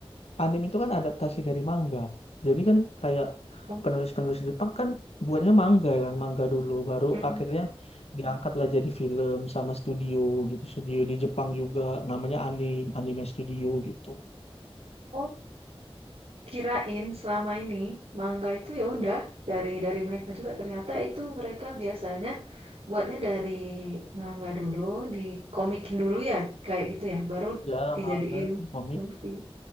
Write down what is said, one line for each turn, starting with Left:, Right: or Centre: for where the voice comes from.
Left: anime itu kan adaptasi dari manga. Jadi kan kayak
Right: Oh,
Left: penulis-penulis Jepang kan buatnya manga kan, manga dulu baru
Right: mm-mm.
Left: akhirnya diangkatlah jadi film sama studio gitu, studio di Jepang juga namanya anime anime studio gitu.
Right: Oh, kirain selama ini mangga itu ya udah dari dari mereka juga. Ternyata itu mereka biasanya buatnya dari mangga dulu, dikomikin dulu ya, kayak gitu ya, baru
Left: Ya,
Right: dijadiin
Left: manga, komik.
Right: movie.